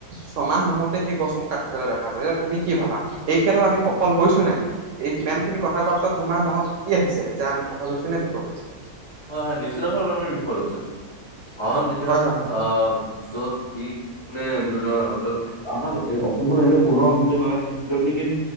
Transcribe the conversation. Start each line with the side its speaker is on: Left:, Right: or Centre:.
Right: ছমাহ নহোতে সেই গছসমূহ কাটি পেলাই দেখা গ'ল এতিয়া তুমি কি ভাবা এই ক্ষেত্ৰত আমি সফল হৈছো নাই। এই ইমান খিনি কথা কোৱাৰ পিছত তোমাৰ মনত কি আহিছে যে আমি সফল হৈছো নে বিফল হৈছো।
Left: হয়-হয় নিশ্চয়টা আমি বিফল হৈছো। অন যেতিয়া
Right: হয় হয় হয়
Left: আহ য'ত যি মানে ধৰি লোৱা, আমাৰ অসমখনত এনে সোণৰ অসম বুলি কয় যত নেকি